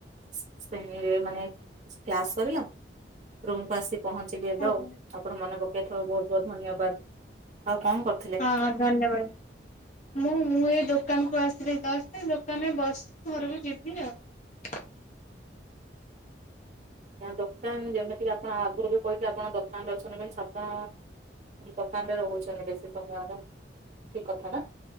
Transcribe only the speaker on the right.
ସ ଶ୍ରେଣୀ ରେ ମାନେ ସ କ୍ଲାସ ସରିଲା ରୁମ୍ କୁ ଆସି ପହଞ୍ଚିବି ଏବେ
ଆଉ ଆପଣ ମନେ ପକେଇଥିବାରୁ ବହୁତ ବହୁତ ଧନ୍ୟବାଦ। ଆଉ କଣ କରୁଥିଲେ?
ଆଜ୍ଞା ଦୋକାନ ଯେମିତି କି ଆପଣ ଆଗରୁ ବି କହିଥିଲେ ଆପଣ ଦୋକାନରେ ଅଛନ୍ତି ମିନ୍ସ ଆପଣ। ଦୋକାନରେ ରହୁଛନ୍ତି ବେଶୀ ସମୟର ଠିକ କଥା ନା।